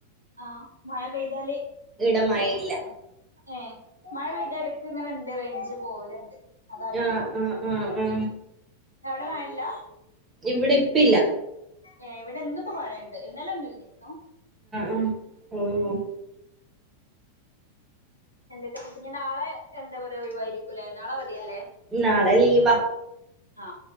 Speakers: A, on the right; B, on the right.
A: ആ മഴ പെയ്താല്
B: ഇവിടെ മഴയില്ല
A: ഏ ഏ മഴ പെയ്ത അടുക്ക ഇങ്ങനെണ്ട് റേഞ്ച് പോവലുണ്ട്. അതായി
B: ആ ആ ആ ആ
A: അവിടെ മഴല്ല
B: ഇവിടെ ഇപിഇല്ല
A: ഏ ഇവിടെന്നിപ്പോ മയണ്ട് ഇന്നല ഒന്നും ഇല്ലരുന്നു
B: ഉം ഉം
A: ന്തൊക്കെയ പിന്നെ നാളെ എന്താ പറയാ ഒഴിവായിരിക്കുംല്ലേ നാളെ അവതിയ ല്ല
B: നാളെ ലീവാ
A: ആ